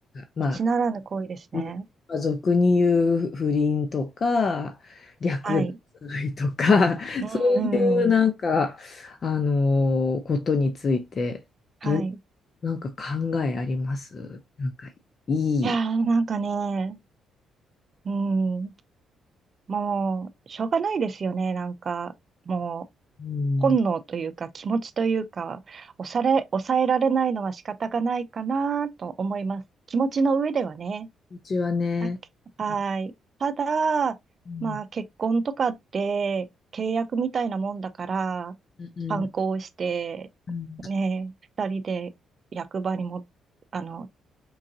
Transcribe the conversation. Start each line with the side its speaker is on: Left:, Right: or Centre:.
Left: まあ、
Right: 一ならぬ行為ですね。
Left: うんまあ、俗に言う不倫とか略奪愛とか
Right: はい。
Left: <laughs>
Right: うん、
Left: そういうなんかあのーことについてどう
Right: うん。はい。い
Left: なんか考えありますなんかいい、
Right: やー、なんかね、うん、もう、しょうがないですよね。なんか、もう、
Left: うん、
Right: 本能というか、気持ちというか、抑え、抑えられないのは仕方がないかなと思います。気持ちの上ではね。
Left: うちはね、
Right: だけ、はい。
Left: う
Right: ただ、
Left: ん
Right: まあ結婚とかって契約みたいなもんだから、
Left: うん
Right: 反抗して、
Left: うん
Right: ね、二人で役場にも、あの、